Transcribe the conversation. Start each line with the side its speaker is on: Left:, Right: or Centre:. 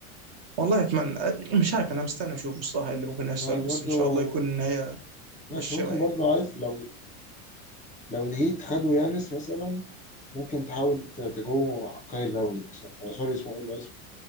Right: والله اتمنى مش عارف انا مستني اشوف الصراحه إيه اللي ممكن يحصل
Left: آه،
Right: بس
Left: برضو
Right: ان شاء الله يكون النهايه
Left: ماشي
Right: بشوه
Left: ممكن
Right: يعني
Left: برضو عارف لو لو الهيت خدوا يانس مثلا ممكن تحاول ت- تجو كايل لاوي مثلا آه، سوري اسمه ايه اللي هو اسمه